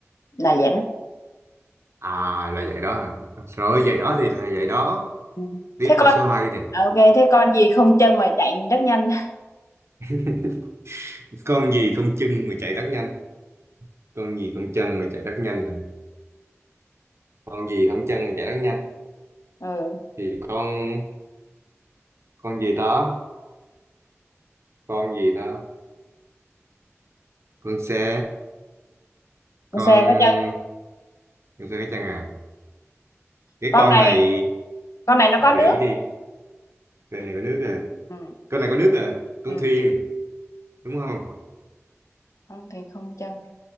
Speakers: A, on the left; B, on the right.
A: là vậy đó
B: à là vậy đó à. rồi vậy đó thì là vậy đó
A: Ừ.
B: tiếp
A: thế con
B: câu số hai đi nè.
A: à, ok thế con gì không chân mà chạy rất nhanh <laughs>
B: <laughs> con gì không chân mà chạy rất nhanh con gì không chân mà chạy rất nhanh nè. con gì không chân mà chạy rất nhanh
A: ừ
B: thì con con gì đó con gì đó con xe
A: con
B: con
A: xe có chân
B: con xe cái chân à cái
A: con
B: con
A: này
B: này
A: con này nó
B: gợi
A: có nước
B: đi con này có nước à
A: ừ
B: con này có nước à con
A: ừ
B: thuyền đúng không
A: con thì không chân